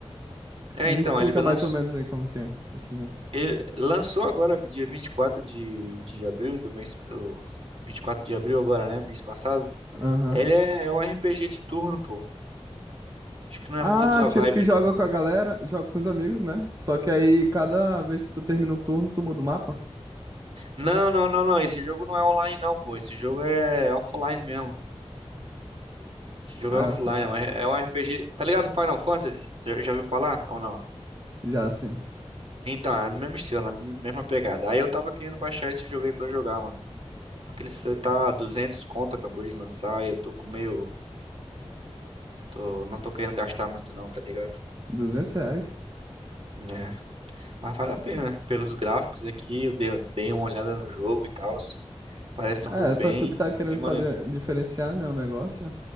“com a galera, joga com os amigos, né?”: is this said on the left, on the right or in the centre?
Right